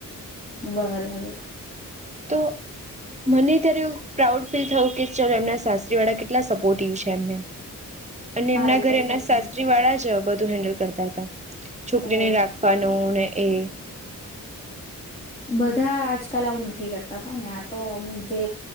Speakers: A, on the left; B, on the right.
A: બરાબર
B: તો મને ત્યારેવ પ્રાઉડ ફીલ થયું કે ચાલ એમના શસ્ત્રી વાળા કેટલા સપોર્ટિવ છે એમને અને
A: હા
B: એમના
A: એ તો
B: ઘરે
A: સાચી
B: એમના સાસ્રી વાળા જ બધું હેન્ડલ કરતા હતા છોકરી
A: ઓ
B: ને રાખવાની નૂન એ
A: બધા આજકાલ આવું નથી કરતા હો ને આ તો અમુંક જે